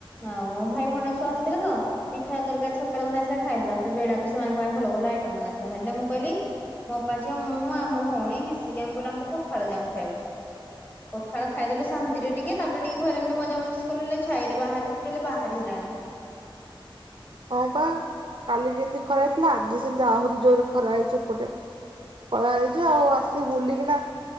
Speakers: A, on the left; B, on the right.
A: ଆଉ ଭାଇ ଭଣ୍ଡାର ସବୁ ଆସିଥିଲେ ତ ପିଠା ତରକାରୀ ସକାଳେ ବନାହେଇଥିଲା ଖାଇଲୁ ତାପରେ ବେଳାକୁ ସେମାନଙ୍କ ପାଇଁ ଭଲ ଭଲ ଆଇଟମ ବନାହେଇଥିଲା ହେଲେ ମୁଁ କଇଲି ମୋ ଅପା ଝିଅ ମୁଁ ଆଉ ମୋ ଭଉଣୀ ମିଶିକି ଆମେ କହିଲୁ ଆମକୁ ପଖାଳ ଦେ ଆମେ ଖାଇବାକୁ। ଖାଳ ଖାଇଦେଲୁ ଶାନ୍ତିରେ ଟିକେ ତାପରେ ଟିକେ ଘରେ ଏମତି ମଜା ମଜ୍ଲିସ୍ କଲୁ ହେଲେ ଛାଇରେ ବାହାରକୁ ଟୋଟାଲି ବାହାରି ହେଲାନି।
B: ହଁ ପା କାଲି ଯେମତି ଖରା ଥିଲା ଆଜି ସେମିତି ଆହୁରି ଜୋରେ ଖରା ହେଇଛି ଏପଟେ। ଖରା ହେଇଚି ଆଉ ଆସିି ବୁଲିକିନା